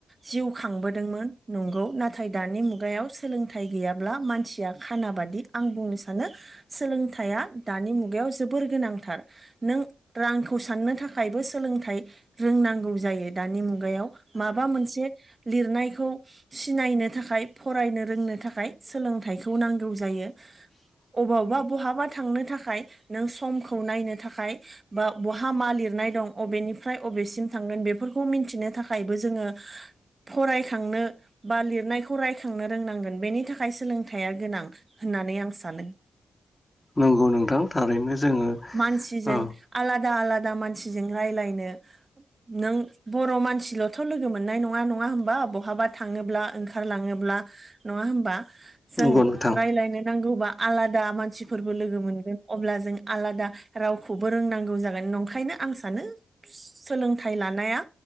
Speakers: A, on the right; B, on the left.
A: जिउ खांबोदोंमोन नंगौ नाथाय दानि मुगायाव सोलोंथाइ गैयाब्ला मानसिया खाना बादि आं बुंनो सानो सोलों सोलोंथाइया दानि मुगायाव जोब जोबोर गोनांथार नों रांखौ साननो थाखायबो सोलोंथाइ रोंनांगौ जायो दानि मुग मुगायाव माबा मोनसे लिरनायखौ सिनायनो थाखाय फरायनो रोंनो थाखाय सोलोंथाइखौ नांगौ जायो।
B: <inaudible>
A: अबावबा बहाबा थांनो थाखाय नों समखौ नायनो थाखाय बा बहा मा लिरनाय दं अबेनिफ्राय अबेसिम थांगोन बेफोर खौ मिथिनो थाखायबो जोङो फरायखांनो बा लिरनायखौ रायखांनो रोंनांगोन बेनि थाखाय सोलोंथाइया गोनां होननानै आं सानो
B: नंगौ नोंथां। थारैनो जोङो
A: मानसिजों
B: औ
A: आलादा आलादा मानसिजों राय्लायनो नों बर' मानसिल'थ' लोगो मोननाय नङा नङा होमबा बहाबा थाङोब्ला ओंखारलाङोब्ला <unintelligible> नङा होमबा? जों
B: नंगौ नोंथां
A: राय्लायनो नांगौबा आलादा मानसिफोरबो लोगो मोनगोन अब्ला जों आलादा रावखौबो रोंनांगौ जागोन नंखायनो आं सानो सोलोंथाइ लानाया